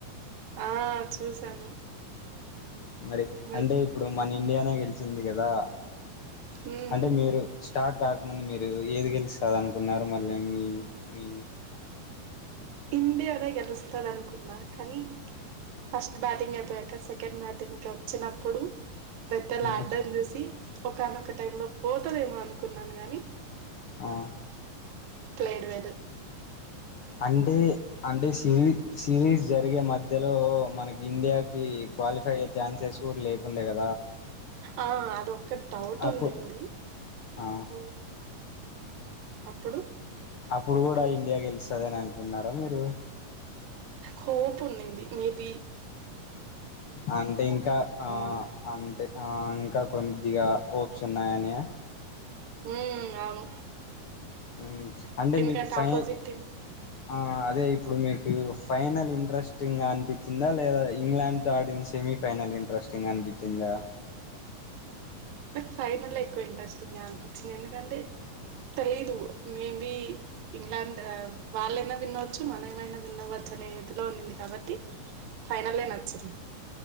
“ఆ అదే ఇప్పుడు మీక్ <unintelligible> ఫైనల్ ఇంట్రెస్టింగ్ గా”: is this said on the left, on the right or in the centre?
Left